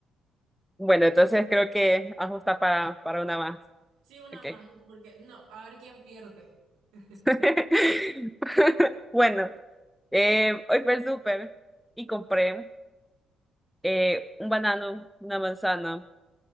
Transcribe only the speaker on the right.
Sí, una
más, porque no, a ver quién pierde. <laughs>